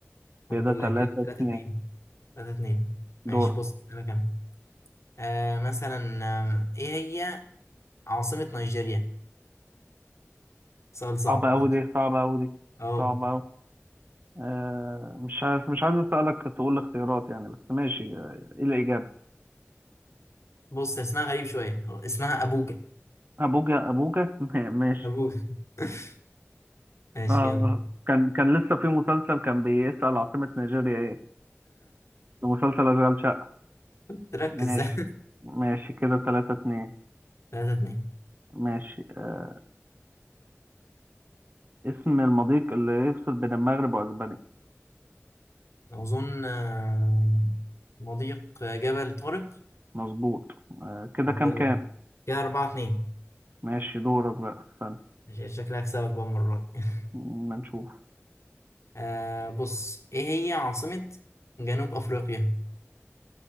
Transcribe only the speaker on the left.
الحمد لله
كده 3
2 3 2
ماشي بص أسألك أنا آه، مثلا آه، إيه هي عاصمة نيجيريا؟ سؤال صعب
<laughs>
أه
بص اسمها غريب شوية اسمها أبوجا
أبوجا <laughs> ماشي
يلا
<laughs> تركز
<laughs>
3 2
أظن آه، مضيق جبل طارق
الحمد
لله
كده 4 2
مش شكلها هكسبك بقى المرة دي <laughs>
آه بص ايه هي عاصمة جنوب افريقيا؟